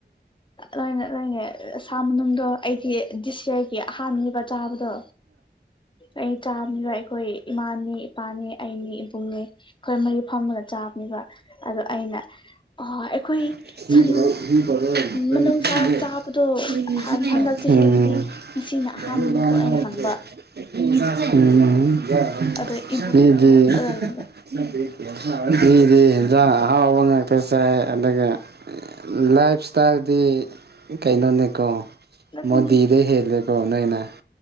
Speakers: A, on the left (about 25°); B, on the right (about 65°).
A: ꯂꯣꯏꯅ ꯂꯣꯏꯅꯦ ꯁꯥ ꯃꯅꯨꯡꯗꯗꯣ ꯑꯩꯒꯤ ꯗꯤꯁꯌꯔꯒꯤ ꯑꯍꯥꯟꯕꯃꯤꯕ ꯆꯥꯕꯗꯣ ꯑꯩ ꯆꯥꯕꯅꯤꯕ ꯑꯩꯈꯣꯏ ꯏꯃꯥꯅꯤ ꯏꯄꯥꯅꯤ ꯑꯩꯅꯤ ꯏꯕꯨꯡꯅꯤ ꯑꯩꯈꯣꯏ ꯃꯔꯤ ꯐꯃꯒ ꯆꯥꯕꯅꯤꯕ ꯑꯗꯣ ꯑꯩꯅ ꯑꯩꯈꯣꯏ
B: ꯍ
A: ꯁꯟ
B: ꯍ ꯐꯔꯦ <inaudible>
A: ꯃꯅꯨꯡꯁꯥ ꯆꯥꯕꯗꯣ ꯍꯟꯗꯛ ꯆꯍꯤꯒꯤꯗꯤ ꯉꯁꯤꯅ ꯑꯍꯥꯟꯕꯅꯤꯀꯣ ꯑꯩꯅ ꯍꯪꯕ ꯑꯗ ꯏꯕꯨꯡꯅ ꯅꯣꯛꯑꯒ ꯂꯩꯕ
B: ꯑꯗꯒꯤ ꯍꯟꯖꯥꯡ ꯑꯍꯥꯎꯕ ꯉꯥꯛꯇ ꯆꯥꯏ ꯑꯗꯨꯒ ꯂꯥꯏꯐ ꯏꯁꯇꯥꯏꯜꯗꯤ ꯀꯩꯩꯅꯣꯅꯤ ꯀꯣ
A: ꯅꯠꯇꯦ
B: ꯃꯗꯤꯗꯦ ꯍꯦꯦꯀ ꯅꯣꯏꯅ